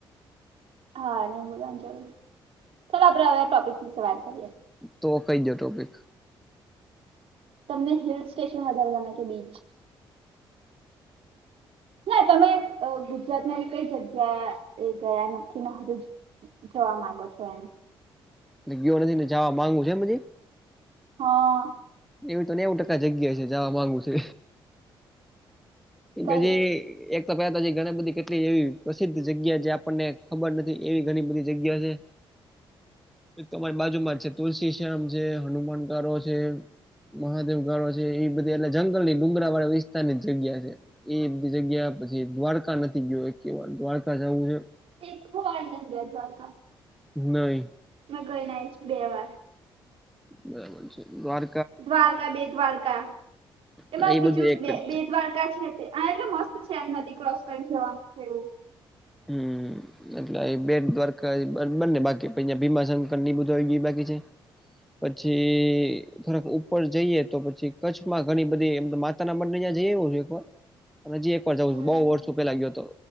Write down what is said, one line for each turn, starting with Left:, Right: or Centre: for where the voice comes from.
Right: હા નહી બોલવાની જરૂર ચાલો આપણેે હવે ટોપિક વાત કરીએ.
Centre: તો કઈ દો ટોપિક
Right: તમને હિલ સ્ટેશન વધાર ગમે કે બીચ ના તમે ગુજરાત ના એ કઈ જગ્યા એ ગયા નથી ને હજુ જોવા માંગો છો એમ
Centre: ગયો નથી ને જવા <unintelligible>
Right: હા
Centre: એવી તો નેવું ટકા જગ્યા છે જવા માંગુ છે. એલે
Right: કઈ
Centre: જે એક તો પહેલા તો ઘણી બધી કેટલી એવી પ્રસિદ્ધ જગ્યા જે આપણને ખબર નથી એવી ઘણી બધી જગ્યા છે. એક તોમારી બાજુમાં જ છે તુલસી શ્યામ છે હનુમાન કારો છે. મહાદેવ ગાળો છે એ બધા એટલે જંગલ ની ડુંમરા વાળા વિસ્તાર ની જગ્યા છે. એ બધી જગ્યા પછી દ્વારકા નથી ગયો એક કેવાર દ્વારકા જવું છે.
Right: <unintelligible> વાળ લ ગ્યા દ્વારકા
Centre: નહી
Right: મે ગઈને બેવાર
Centre: બરાબર છે દ્વાર
Right: દ્વારકા બે દ્વારકા એમાં
Centre: એ બધું
Right: બીજું
Centre: એક જ
Right: બે
Centre: છે.
Right: બે દ્વારકા છે તે હા એટલે મસ્ત છે એમ નદી ક્રોસ કરી જવાનું છે એવું.
Centre: હમ્મ હમ્મ એટલે બે દ્વારકા બંને બાકી ભીમા શંકર ની બધ બાકી છે. પછી થોડાક ઉપર જઈએ તો પછી કચ્છમાં ઘણી બધી માતા ના મનને ત્યાં જઈ એવું છે એક વાર અનેજી એક વાર
Right: એવું
Centre: જવું છ બઉુ વર્ષો પેલા ગયો હતો